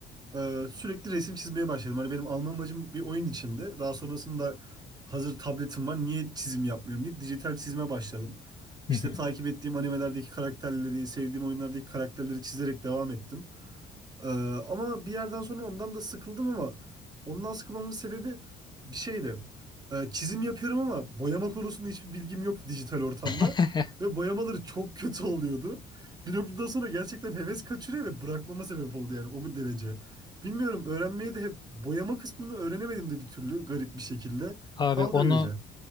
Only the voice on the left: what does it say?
Hı
hı.
<laughs>
Abi
onu